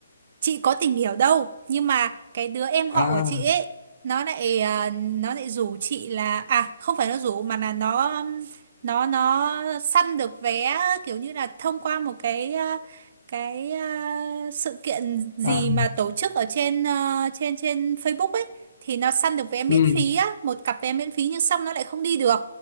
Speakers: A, on the right; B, on the left.
A: chị có tìm hiểu đâu nhưng mà cái đứa em họ
B: à
A: của chị ấy nó lại à, nó lại rủ chị là à không phải nó rủ mà là nó nó nó săn được vé kiểu như là thông qua một cái à, cái à, sự kiện gì
B: à
A: mà tổ chức ở trên à, trên trên Facebook ấy thì nó săn được vé miễn
B: ừ.
A: phí á một cặp vé miễn phí nhưng xong nó lại không đi được